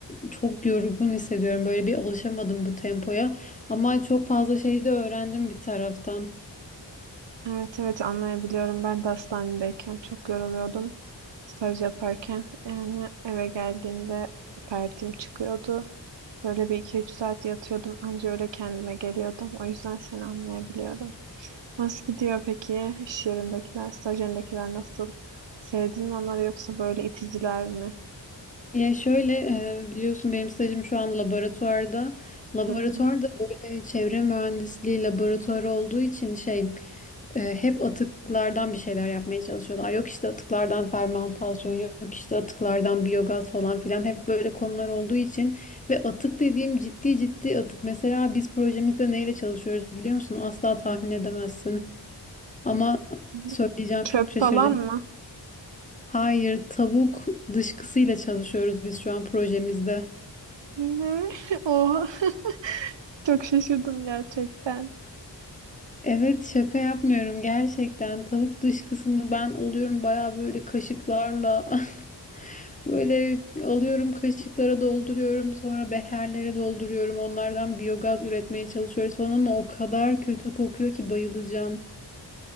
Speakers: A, on the left; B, on the right.
A: çok yorgun hissediyorum. Böyle bir alışamadım bu tempoya. Ama çok fazla şey de öğrendim bir taraftan.
B: Evet evet anlayabiliyorum. Ben de hastanedeyken çok yoruluyordum staj yaparken. Yani eve geldiğimde pertim çıkıyordu. Böyle bir iki üç saat yatıyordum. Anca öyle kendime geliyordum. O yüzden seni anlayabiliyorum. Nasıl gidiyor peki? İş yerindekiler, staj yerindekiler nasıl? Sevdin mi onları yoksa böyle iticiler mi?
A: Ya şöyle e, biliyorsun benim stajım şu an laboratuvarda. Laboratuvarda
B: Hı hı. Hı
A: böyle çevre mühendisliği laboratuvarı olduğu için şey e, hep atıklardan bir şeyler yapmaya çalışıyorlar. Yok işte atıklardan fermantasyon, yok işte atıklardan biyogaz falan filan hep böyle konular olduğu için ve atık dediğim ciddi ciddi atık. Mesela biz projemizde neyle çalışıyoruz biliyor musun? Asla tahmin edemezsin. Ama
B: hı.
A: söyleyeceğim
B: Çöp
A: çok şaşıracak.
B: falan mı?
A: Hayır, tavuk dışkısıyla çalışıyoruz biz şu an projemizde.
B: Ne? <laughs> Oha. <laughs> Çok şaşırdım gerçekten.
A: Evet şaka yapmıyorum gerçekten. Tavuk dışkısını ben alıyorum bayağı böyle kaşıklarla <laughs> Böyle alıyorum kaşıklara dolduruyorum sonra beherlere dolduruyorum onlardan biyogaz üretmeye çalışıyoruz falan ama o kadar kötü kokuyor ki bayılacağım.